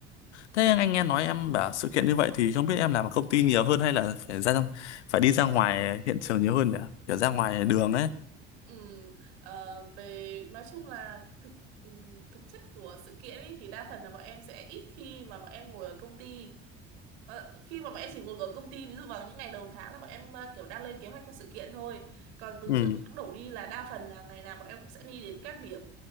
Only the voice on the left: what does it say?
thế anh nghe nói em bảo sự kiện như vậy thì không biết em làm ở công ty nhiều hơn hay là phải ra phải đi ra ngoài hiện trường nhiều hơn nhỉ kiểu ra ngoài đường ấy
ừ